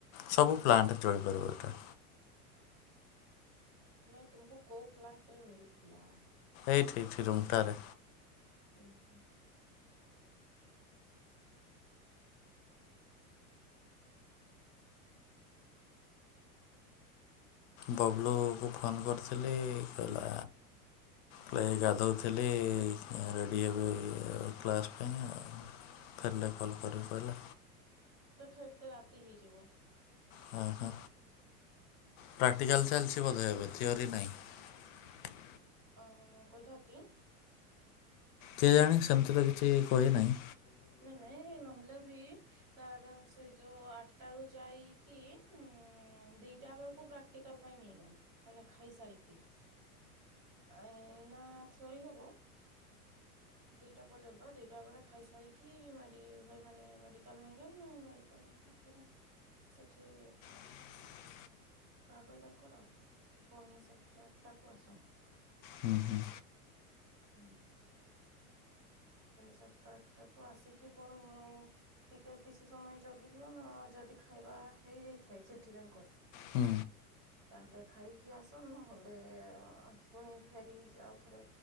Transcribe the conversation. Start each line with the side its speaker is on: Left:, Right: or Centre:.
Left: ସବୁ ପ୍ଲାଣ୍ଟ ଚଳିପାରିବ ଏଇଟା।
Right: ନାଇଁ ତୁମକୁ କୋଉ ପ୍ଲାଣ୍ଟ ରେ ମିଳିଥିଲା?
Left: ଏଇଠି ଏଇଠି ରୁମଠାରେ।
Right: ଓ ହୋ।
Left: ବବଲୁଙ୍କୁ ଫୋନ୍ କରିଥିଲି କହିଲା। ପ୍ ଗାଧୋଉଥିଲି ରେଡ଼ି ହେବେ କ୍ଲାସ୍ ପାଇଁ ଆଉ। ଫେରିଲେ କଲ୍ କରିବି
Right: ହୁଁ
Left: କହିଲା
Right: ତ ଫେର ତେ ରାତି ହେଇଯିବ।
Left: ହୁ ହୁଁ। ପ୍ରାକ୍ଟିକାଲ ଚାଲିଚି ବଧ ଏବେ ଥିଓରି ନାହିଁ।
Right: ଅ କହିଲା କି?
Left: କିଏ ଜାଣି ସେମିତି ତ କିଛି କହି ନାହିଁ।
Right: ନାଇଁ ନାଇଁ ନହେଲେ ବି ତାର ସେଇ ଯୋଉ ଆଠଟା ରୁ ଯାଇକି ଉ ଦିଟା ବେଳକୁ ପ୍ରାକ୍ଟିକାଲ ପାଇଁ ଯାଏ, ମାନେ ଖାଇ ସାରିକି ଏଇନା ଥିଓରି ହବ। ଦିଇଟା ପର୍ଯ୍ୟନ୍ତ ଦିଇଟା ବେଳେ ଖାଇସାଇକି ମ ମାନେ ମେଡିକାଲ ନେଇଯାନ୍ ମେଡିକାଲ ନେଇ ତାପରେ ସେଠି
Left: <inaudible>
Right: ରାହୁଏ ତାଙ୍କର ଆଉ ପୁଣି ସାତଟା ଆଠଟା କୁ ଆସନ୍ତି।
Left: ହୁଁ ହୁଁ।
Right: ହୁଁ। ସେଇ ସାତଟା ଆଠଟା କୁ ଆସିକି ପୁଣି ଟିକେ କିଛି ସମୟ ଜଗି ଦିଅ ନା ଯଦି ଖାଇବା ହେଇଯାଇଥାଏ, ସେଠି ତାଙ୍କର
Left: ହୁଁ
Right: ତାହେଲେ ଖାଇକି ଆସନୁ ହେଲେ ପୁଣି ଫେରି ଆଉଥରେ